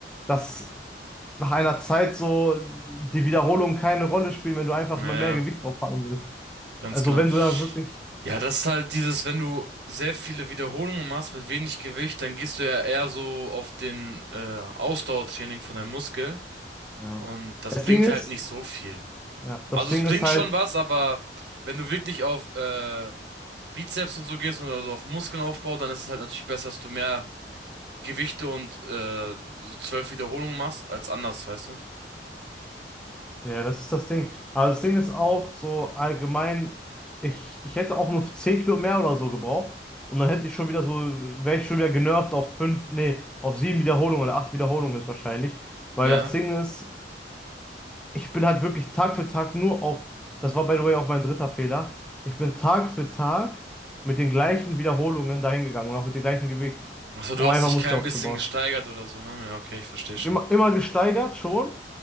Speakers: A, in the centre; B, on the right (about 70°).
A: dass nach einer Zeit so die Wiederholungen keine Rolle spielen, wenn du einfach
B: ja,
A: immer mehr Gewicht draufpacken willst.
B: ganz
A: Also
B: genau.
A: wenn du da wirklich,
B: Ja, das ist halt dieses, wenn du sehr viele Wiederholungen machst mit wenig Gewicht, dann gehst du ja eher so auf den äh, Ausdauertraining von deinem Muskel
A: ja.
B: und das
A: Das
B: bringt
A: Ding ist,
B: halt nicht so viel.
A: ja, das
B: Also
A: Ding
B: es bringt
A: ist halt,
B: schon was, aber wenn du wirklich auf äh, Bizeps und so gehst oder so auf Muskelaufbau, dann ist es halt natürlich besser, dass du mehr Gewichte und äh, so zwölf Wiederholungen machst als anders, weißt du?
A: ja, das ist das Ding. Aber das Ding ist auch so allgemein, ich, ich hätte auch nur 10 Kilo mehr oder so gebraucht und dann hätte ich schon wieder so, wäre ich schon wieder genervt auf 5. nee, auf 7 Wiederholungen oder 8 Wiederholungen ist wahrscheinlich. Weil
B: Ja.
A: das Ding ist, ich bin halt wirklich Tag für Tag nur auf, das war by the way auch mein dritter Fehler, ich bin Tag für Tag mit den gleichen Wiederholungen dahin gegangen und auch mit dem gleichen Gewicht,
B: Also du
A: um
B: hast
A: einfach
B: dich
A: Muskel
B: kein
A: aufzubauen.
B: bisschen gesteigert oder so, ne? Ja, okay, ich verstehe schon.
A: Immer, immer gesteigert schon,